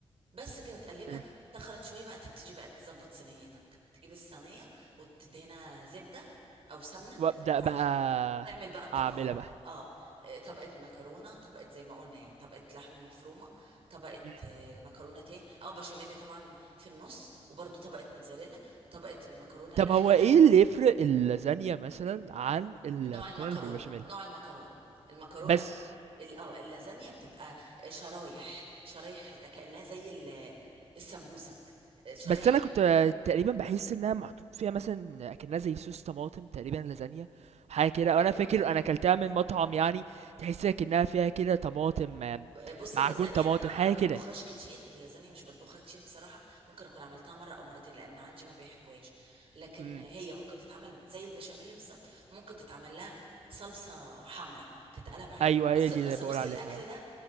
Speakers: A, on the right; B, on the right.
A: بس كده وتقلبها
B: إمم.
A: تخنت شويه بقى تبتدي بقى تظبط صينيتك تجيب الصينيه وتدهنها زبده او سمنه
B: وأبدأ
A: اللي انت عايزه
B: بقى
A: تعمل بقى الطبقات
B: أعملها بقى.
A: اه آه، طبقة مكرونة طبقة زي ما قلنا يعني طبقة لحمة مفرومة طبقة
B: إمم.
A: آه، مكرونة تاني او بشاميل طبعا في النص وبرده طبقة موتزاريلا طبقة المكرونة
B: طب
A: الأخيرة
B: هو إيه اللي يفرق اللازانيا مثلًا عن المكرونة
A: نوع المكرونة
B: اللي بالبشاميل؟
A: نوع المكرونة المكرونة
B: بس،
A: بت- ال- اه اللازانيا بتبقى شرايح شرايح كأنها زي ال- السمبوسك آه، شرايح
B: بس أنا كنت تقريبا باحس إنها محطوط فيها مثلًا أكنها زي صوص طماطم تقريبا اللازانيا، حاجة كده أو
A: آه،
B: أنا فاكر
A: آه،
B: أنا أكلتها من مطعم يعني تحس أكنها فيها كده طماطم، آم،
A: بص
B: معجون
A: اللازانيا
B: طماطم،
A: انا
B: حاجة
A: ب- ما بطبخهاش
B: كده.
A: كتير اللازانيا مش بطبخها كتير بصراحه ممكن اكون عملتها مره او مرتين لان عندي ما بيحبوهاش لكن
B: إمم.
A: هي ممكن تتعمل زي البشاميل بالظبط ممكن تتعمل لها صلصه حمراء تتقلب عليه
B: أيوه
A: اصل
B: هي دي
A: اصل
B: اللي باقول
A: بص
B: عليها
A: الاكل
B: آه.
A: ده